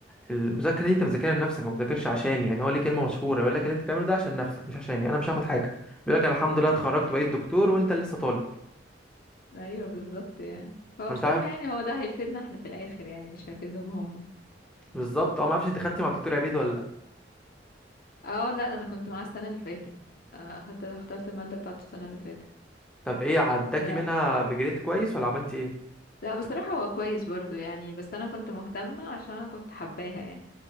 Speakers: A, in the centre; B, on the left (about 55°).
A: المذاكره دي انت بتذاكرها لنفسك ما بتذاكرش عشاني يعني هو ليه كلمه مشهوره يقول لك اللي انت بتعمله ده عشان نفسك مش عشاني انا مش هاخد حاجه بيقول لك أنا الحمد لله اتخرجت بقيت دكتور وانت لسه طالب
B: ايوه بالظبط يعني هو
A: انا
B: بصراحة
A: مش عارف
B: يعني هو ده هيفيدنا احنا في الاخر يعني مش هيفيدهم هم
A: بالظبط اه ما اعرفش انت خدتي مع الدكتور عبيد ولا لا
B: اه لا انا كنت معاه السنة اللي فاتت آه، اخدت اخترت المادة بتاعته السنة اللي فاتت
A: طب ايه عداكي
B: لا
A: منها بجريد كويس ولا عملتي ايه
B: لا بصراحة هو كويس برضو يعني بس انا كنت مهتمة عشان انا كنت حباها يعني